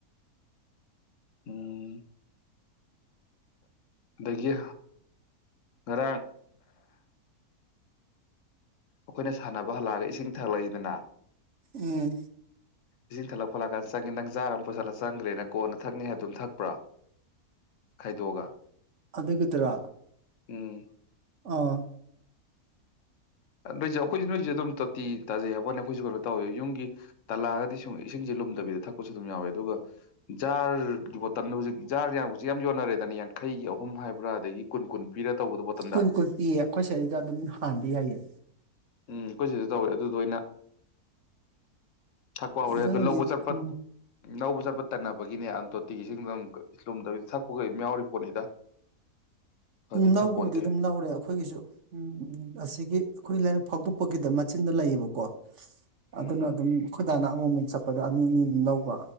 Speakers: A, on the left (about 60°); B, on the right (about 55°).
A: ꯎꯝ ꯑꯗꯒꯤ ꯉꯔꯥꯡ ꯑꯩꯈꯣꯏꯅ ꯁꯥꯟꯅꯕ ꯍꯜꯂꯛꯑꯒ ꯏꯁꯤꯡ ꯊꯛꯂꯛꯏꯗꯅ
B: ꯎꯝ
A: ꯏꯁꯤꯡ ꯊꯛꯂ ꯐꯣꯂ ꯈꯔ ꯆꯪꯉꯦ ꯅꯩ ꯖꯥꯔ ꯑꯃ ꯄꯨꯁꯤꯜꯂ ꯆꯪꯈ꯭ꯔꯦꯅ ꯀꯣꯟꯅ ꯊꯛꯅꯤ ꯍꯥꯏꯕꯗꯨ ꯊꯛꯄ꯭ꯔꯥ ꯈꯥꯏꯗꯣꯛꯑꯒ
B: ꯑꯗꯨꯒꯤꯗꯨꯔꯣ
A: ꯎꯝ
B: ꯑꯥ
A: ꯅꯣꯏꯁꯦ ꯑꯩꯈꯣꯏꯁꯨ ꯅꯣꯏꯁꯦ ꯑꯗꯨꯝ ꯇꯣꯇꯤ ꯇꯥꯖꯩ ꯍꯥꯏꯕꯩ ꯋꯣꯅꯤ ꯑꯩꯈꯣꯏꯁꯨ ꯀꯩꯅꯣ ꯇꯧꯋꯦ ꯌꯨꯝꯒꯤ ꯇꯜꯂꯛꯑꯒꯗꯤ ꯁꯨꯝ ꯏꯁꯤꯡꯁꯦ ꯂꯨꯝꯗꯕꯤꯗ ꯊꯛꯄꯁꯨ ꯑꯗꯨꯝ ꯌꯥꯎꯋꯦ ꯑꯗꯨꯒ ꯖꯥꯔꯒꯤ ꯕꯣꯇꯜꯗ ꯍꯧꯖꯤꯛ ꯖꯥꯔ ꯌꯥꯝ ꯍꯧꯖꯤꯛ ꯌꯥꯝ ꯌꯣꯟꯅꯔꯦꯗꯅ ꯌꯥꯡꯈꯩꯒꯤ ꯑꯍꯨꯝ ꯍꯥꯏꯕ꯭ꯔꯥ ꯑꯗꯒꯤ ꯀꯨꯟ ꯀꯨꯟ ꯄꯤꯔ ꯇꯧꯕꯗꯣ ꯕꯣꯇꯜꯗ
B: ꯀꯨꯟ ꯀꯨꯟ ꯄꯤꯌꯦ ꯑꯩꯈꯣꯏ ꯁꯤꯗꯩꯗ ꯑꯗꯨꯝ ꯍꯥꯟꯕꯗꯤ ꯌꯥꯏꯌꯦ
A: ꯎꯝ ꯑꯩꯈꯣꯏ ꯁꯤꯗ ꯇꯧꯋꯦ ꯑꯗꯨꯗꯣ ꯑꯣꯏꯅ ꯊꯛꯄ ꯍꯧꯔꯦ
B: ꯑꯗꯨꯅꯗꯤ
A: ꯑꯗꯨ ꯂꯧꯕ ꯆꯠꯄ
B: ꯎꯝ
A: ꯂꯧꯕ ꯆꯠꯄ ꯇꯟꯅꯕꯒꯤꯅꯦ ꯑꯗꯨꯝ ꯇꯣꯇꯤꯒꯤꯁꯤꯡꯗ ꯑꯗꯨꯝ ꯂꯨꯝꯗꯕꯤ ꯊꯛꯄ ꯀꯝ ꯌꯥꯎꯔꯤ ꯄꯣꯠꯅꯤꯗ ꯐꯗꯤ ꯐꯄꯣꯟꯇꯦ
B: ꯂꯧꯕꯕꯨꯗꯤ ꯑꯗꯨꯝ ꯂꯧꯔꯦ ꯑꯩꯈꯣꯏꯒꯤꯁꯨ ꯎ ꯑꯁꯤꯒꯤ ꯑꯩꯈꯣꯏ ꯂꯩꯔꯛ ꯐꯥꯎꯗꯣꯛꯄꯒꯤꯗ ꯃꯆꯤꯟꯗ ꯂꯩꯌꯦꯕꯀꯣ
A: ꯎꯝ
B: ꯑꯗꯨꯅ ꯑꯗꯨꯝ ꯗꯥꯅ ꯑꯃꯨꯃꯨꯛ ꯆꯠꯄꯗ ꯑꯅꯤ ꯑꯅꯤ ꯑꯝ ꯂꯧꯕ